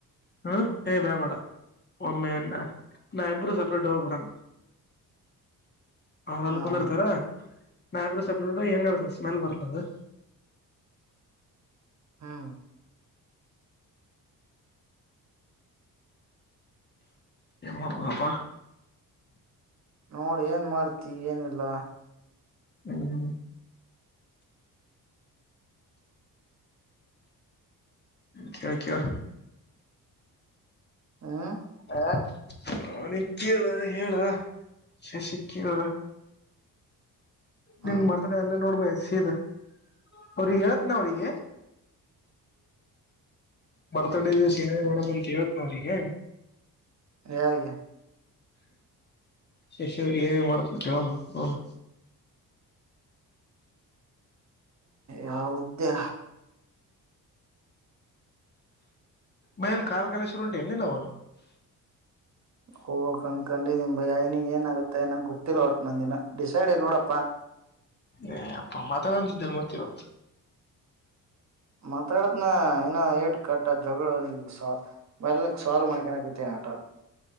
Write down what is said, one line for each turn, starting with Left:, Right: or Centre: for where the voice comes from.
Left: ಹ್ಮ ಏ ಬೆಡ ಬೇಡ ಒಮ್ಮೆ ನ ಸಪ್ರೇಟ್ ಹೋಗ್ಬಿಡಣ ಅವ್ರಲ್ಲಿ
Right: ಹಾ
Left: ಕುಂದಿರ್ತಾರ
Right: ಮತ್
Left: ನಾವ ಇಬ್ರೂ ಸಪ್ರೇಟ ಹೇಂಗರೂ ಸ್ಮೆಲ್ ಬರತ್ದ
Right: ಹಾ
Left: ಎ ಅಪಾ
Right: ನೋಡಿ ಏನ್ ಮಾಡ್ತಿ ಏನಿಲ್ಲ
Left: ಹ್ಮ್ ಹ್ಮ ಕೇಳ ಕೇಳ
Right: ಹ್ಮ್
Left: ಹ ಹಾನ ಕೇಳ ಹೇಳ ಶಶಿ ಕೇಳ
Right: ಹ್ಮ್
Left: ನಿಂಗ ಬರ್ತ್ರ ಅಲ್ಲೇ ನೋಡ್ಬ ಸೀದ ಅವ್ರಿಗೆ ಹೇಳತ್ನ ಅವ್ರಿಗೆ ಬರ್ತಡೇ ದಿವಸ್ ಏನ ಮಾಡಣ ಅಂತ ಹೇಳೇತ್ ನಾವ್ರಿಗೆ
Right: ಯಾರಿಗೆ
Left: ಶಶ್ ಏನ ಮಾಡ್ತ ಕೇಳಮ್ಮ ನನು
Right: ಯವುದೇ
Left: ಮೈಲ್ ಕಾಲ್ ಕಳೇಶ್ವರ ಉಂಟು ಎಲ್ಲಿ ನವು
Right: ಹೋಗ್ಕ್ಂದ ಕಂಡಿದನ್ ಬಯನಿ ಏನ ಆಗುತ್ತೆ ಏನ ಗೊತ್ತಿಲ್ಲ ಒಟ್ಟ ನಂದ ದಿನ ಡಿಸೈಡ್ ಇಲ್ ನೋಡಪ್ಪಾ
Left: ಏ ಅಪ್ಪ ಮಾತಾಡಂತಿದ್ದಲ್ ಮತ್ತೆ ಇವತ್ತು
Right: ಮಾತಾಡತ್ನ ಏನ ಏಟ್ ಕಟ್ಟ ಜಗಳ ಈ ಮೆಲ್ಲಕ್ ಸಾಲ್ವ್ ಮಾಡ್ಕನಕತ್ತೇನ ನಟ